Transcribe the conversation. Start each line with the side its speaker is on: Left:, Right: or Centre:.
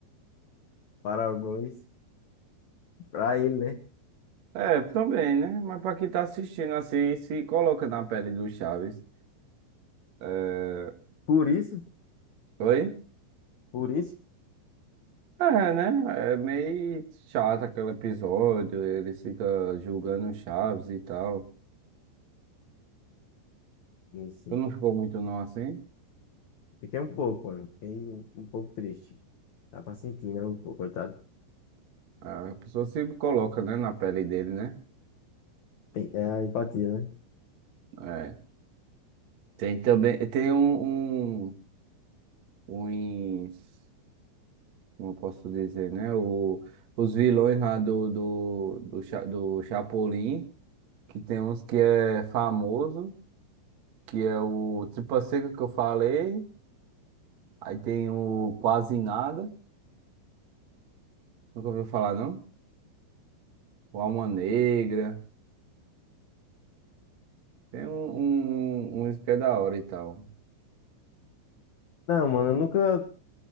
Left: Para alguns, para ele, né?
Right: É, também, né? Mas para quem tá assistindo assim, se coloca na pele do Chaves. É...
Left: Por isso,
Right: Oi?
Left: por isso,
Right: É, né? É meio chato aquele episódio, ele fica julgando o Chaves e tal.
Left: sim, sim.
Right: Tu não ficou muito não assim?
Left: Fiquei um pouco, mano. Fiquei um um pouco triste. Dá pra sentir, né? O o coitado
Right: É, A pessoa se coloca, né, na pele dele, né?
Left: tem é a empatia, né?
Right: É. Tem também, tem um, um, uns como eu posso dizer, né? O, os vilões lá do, do, do, Cha- do Chapolin, que tem uns que é famoso, que é o Tripa Seca que eu falei, aí tem o Quase Nada, nunca ouviu falar não? O Alma Negra, tem um, um, um, que é da hora e tal.
Left: Não, mano, eu nunca.